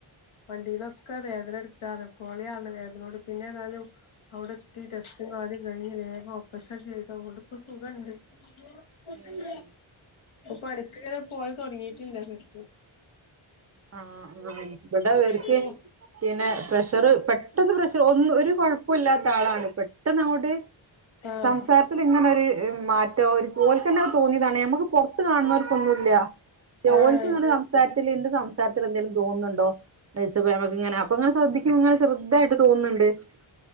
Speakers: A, on the left (about 85°); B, on the right (about 35°).
A: വണ്ടീനൊക്കെ വേദന എടുക്കാറാ പോളിയാണ് വേദനോട് പിന്നെ എന്താലും അവിടെ എത്തി ടെസ്റ്റും കാര്യം കഴിഞ്ഞ് വേഗം ഓപ്പറേഷൻ ചെയ്തു അതൊണ്ടിപ്പോ സുഖണ്ട് ഇപ്പം
B: ഏഹ്
A: പണിക്ക് പോയി തൊടങ്ങിട്ടിണ്ട് ശെരിക്കും
B: ആഹാ ഇവടെ ഇവർക്ക്
A: പണിക്ക് പോ
B: പിന്നെ പ്രഷറ് പെ- ട്ടെന്ന് പ്രശ്നം ഒന്നു ഒരു കുഴപ്പവില്ലാത്ത ആളാണ് പെട്ടെന്ന് അങ്ങോട്ട്
A: ആഹ്
B: സംസാ- രത്തിലിങ്ങനൊര് മാറ്റോ ഒരു ഓൽക്കന്നെ തോന്നീതാണെ നമ്മുക്കു പൊ- റത്ത് കാണുന്നോർക്കൊന്നൂല്യാ
A: ആഹ്
B: ഓൾക്ക് സംസാരത്തിലെന്ത് സംസാരം രത്തിലെന്തേലും തോന്നുന്നൊണ്ടോ എന്നോയിച്ചപ്പോ ഞാൻ പറഞ്ഞ് ഇങ്ങനെ അപ്പൊങ്ങനെ ശ്രദ്ധിക്കുന്നു ഇങ്ങനെ ചെറുതായിട്ട് തോന്ന്നിണ്ട് തോന്നുന്നുണ്ട്